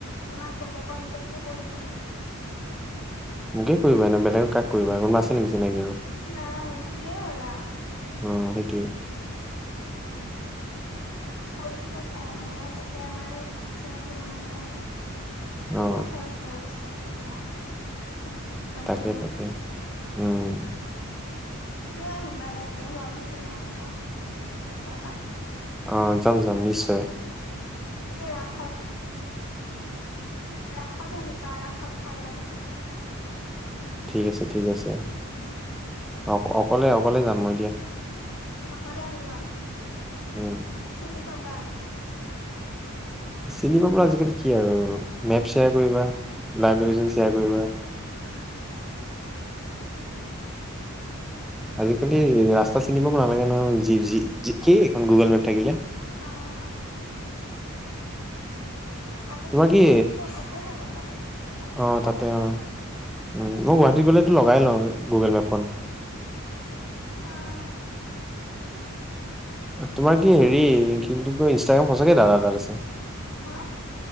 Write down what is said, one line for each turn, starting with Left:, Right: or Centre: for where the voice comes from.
Left: তোমাক গ'লে কন্টেক্ট তো কৰি দিম।
Centre: মোকে কৰিবা এনে বেলেগক কাক কৰিবা কোনোবা আছে নেকি চিনাকি আৰু?
Left: নাই তুমিয়ে হ'লা।
Centre: অ' সেইটোৱে।
Left: কৈছো এ মানে তাতে আমাৰ চিনাকি মানুহ নাহে। তুমিয়ে
Centre: অ
Left: ফাৰ্ষ্ট আৰু চিনাকি হলা। মানে
Centre: তাকে-তাকে
Left: হ'লো।
Centre: উম।
Left: তুমিও আহিবা ইয়াতে শুৱালকুছিলয় আহিবা কেতিয়াবা।
Centre: অ' যাম-যাম নিশ্চয়।
Left: এতে ৰাখত। ৰাখত আহিবা ৰাখত ভাল লাগে।
Centre: ঠিক আছে, ঠিক আছে,
Left: উম,
Centre: অ' অকলে-অকলে যাম মই দিয়া।
Left: <unintelligible> আহিবা।
Centre: উম।
Left: চিনি পাবা?
Centre: চিনি পাব আজিকালি কি আৰু মেপ শ্বেয়াৰ কৰিবা লাইভ লোকেশন শ্বেয়াৰ কৰিবা।
Left: <unintelligible> ওকে।
Centre: আজি কালি ৰাস্ত চিনিব নালাগে নহয় জি, জি কি এইখন গুগল মেপ থাকিলে।
Left: <unintelligible> অ'। আজি
Centre: তোমাৰ
Left: কালি
Centre: কি
Left: চব জাগাতে যাব পাৰি মানে
Centre: অ
Left: চব
Centre: তাতে
Left: জাগাতে
Centre: অ
Left: যাব পাৰে।
Centre: উম, মই গুৱাহাটী গ'লেতো লগাই লওঁ গুগল মেপখন।
Left: <unintelligible>
Centre: তোমাৰ কি হেৰি কি বুলি কয় ইনষ্টাগ্ৰাম সঁচাকে দাদাৰ তাত আছে?
Left: হা